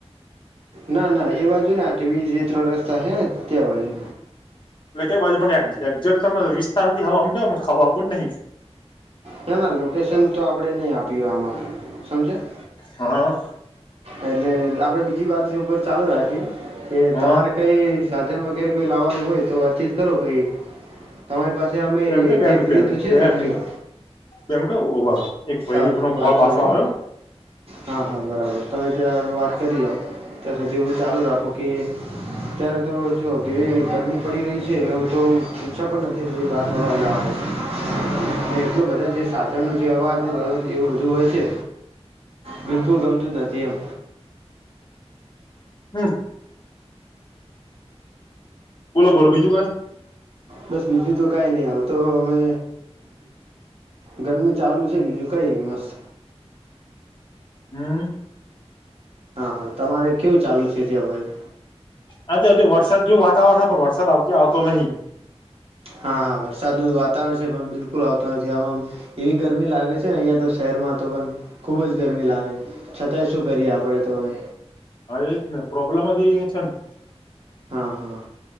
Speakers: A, on the right; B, on the left.
A: ના ના એ બાજુ ન આ ટીબી જે ત્રણ રસ્તા હે ને તે બાજુ
B: એટલે કઈ બાજુ મને એકજેટ તમે વિસ્તાર થી હવા ખવ પણ નહીં.
A: ના ના લોકેશન તો આપણનેય આપ્યું આમાં સમજ્યા
B: હ.
A: એટલે આપડે બીજી વાતની ઉપર ચાલુ રાખીએ કે
B: હા
A: તમારે કઈ સાધન વગેરે કોઈ લાવવાનું હોય તો વાતચીત કરો કઈ તમારી પાસે આમેય
B: બે મિનિટ બે
A: જે
B: મિનિટ
A: પેલી
B: બે મિનિટ
A: તો છે
B: બે
A: ને એક્ટિવા
B: મિનિટ બે મિનીટ હો ઉભા તો એક ભાઈનો
A: સારું વાંધો
B: કોલ પાછો
A: નહીં
B: આવ્યો
A: હા હા બરાબર તમે ત્યાં હારુ વાત કરી લોવ ત્યાં સુધી એવું ચાલુ રાખો કે અત્યારે તો જો કેવી ગરમી પડી રહી છે હવે તો ઈચ્છા પણ નથી થતી બહાર ફરવા જવાની.
B: હ
A: અને એટલો બધો જ સાધન નો જે અવાજ અને એવું બધું હોય છે બિલકુલ ગમતું જ નથી એમ
B: હમ્મ બોલો બોલો બીજુ કંઈ
A: બસ બીજું તો કાંઈ નહી હાલ તો અમે ગરમી ચાલુ છે બીજું કઈ નહી મસ્ત.
B: હમ્મ.
A: હા હા તમારે કેવું ચાલુ છે ત્યાં ભાઈ
B: હાચે્ આજે વરસાદ જેવુ વાતાવરણ છે પણ વરસાદ આવતી આવતો નહિ.
A: હા હા વરસાદનું વાતાવરણ છે પણ બિલકુલ આવતો નથી આમાં એવી ગરમી લાગે છે કે અહીંયા તો શહેરમાં તો પણ, ખૂબ જ ગરમી લાગે છતાંય શું કરીએ આપણે તો હવે
B: હા એ જ ને પ્રોબ્લેમ જ <unintelligible>
A: હા હા